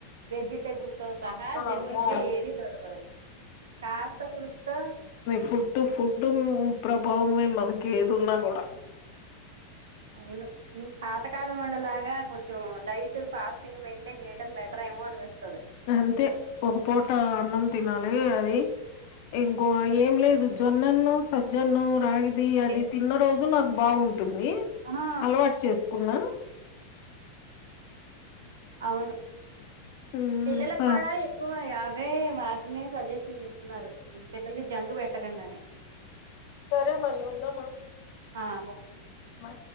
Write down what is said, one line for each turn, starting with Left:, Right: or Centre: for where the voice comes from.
Right: వెజిటబుల్ తో సహా
Left: అస్సలు
Right: జన్యుూన్గా
Left: అమ్మో
Right: ఏది దొరకదు కాస్తో కూస్తో
Left: ఫుడ్డు ఫుడ్డు ప్రభావమే మనకి ఏది ఉన్నా కూడా
Right: అవును పాతకాలం వల్ల లాగా కొంచెం డైట్ ఫాస్టింగ్ మెయింటైన్ చేయడం బెటర్ ఏమో అనిపిస్తుంది
Left: అంతే ఒక పూట అన్నం తినాలి అది ఇంకో ఏం లేదు జొన్నన్నము సజ్జన్నము రాగి అది
Right: ఇవే
Left: అది తిన్న రోజు నాకు బాగుంటుంది
Right: ఆ
Left: అలవాటు చేసుకున్నా
Right: అవును
Left: ఉమ్
Right: పిల్లలకు
Left: స
Right: కూడా ఎక్కువ అవే వాటిని సజెషన్ ఇస్తున్నారు పిల్లలకి జంక్ పెట్టకండా అని
Left: సరే మరి ఉందామా
Right: ఆ ఓకే
Left: ఆ